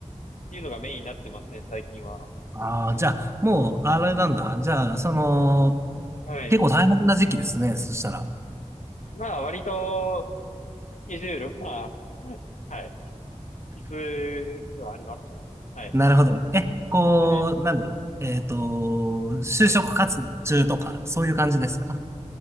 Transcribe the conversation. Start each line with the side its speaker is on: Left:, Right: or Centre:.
Left: ていうのがメインになってますね、最近は。
Right: ああ、じゃあ、もう、あれなんだ。じゃあ、その、
Left: はい。
Right: 結構大変な時期ですね。そしたら。
Left: まあ、割と、スケジュールは、<laughs> はい。きつくはあります。はい。
Right: なるほど。え、こう、
Left: はい。
Right: なんだろう。えっと、就職活動中とか、
Left: はい。
Right: そういう感じですか